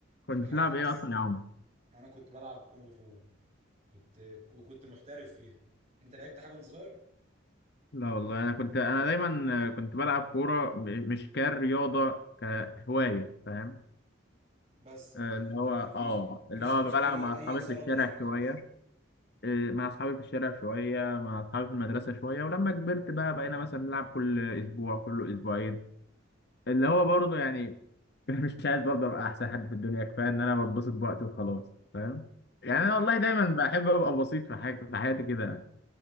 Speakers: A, on the right; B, on the left.
A: دي
B: كنت
A: من الحاجات
B: بتلعب
A: اللي
B: ايه
A: أصلا
B: اصلا يا عمر؟
A: انا كنت بلعب كونغ فو كنت كنت محترف فيها انت لعبت حاجة وأنت صغير
B: لا والله انا كنت انا دايما آه، كنت بلعب كوره م- مش كرياضه كهوايه فاهم
A: بس
B: آه،
A: لكن
B: اللي
A: انت
B: هو
A: ما فيش
B: اه
A: ما
B: اللي
A: فيش
B: هو
A: ما فيش
B: بلعب
A: اي
B: مع اصحابي
A: اي إثارة
B: في الشارع
A: وتشويق
B: شويه
A: خالص
B: آه، مع اصحابي في الشارع شويه مع اصحابي في المدرسه شويه ولما كبرت بقى بقينا مثلا نلعب كل اسبوع كل اسبوعين اللي هو برضه يعني <laughs> مش عايز برضه ابقى احسن حد في الدنيا كفايه ان انا بتبسط بوقتي وخلاص فاهم يعني
A: انت
B: انا والله دايما بحب ابقى بسيط في حاجه في حياتي كده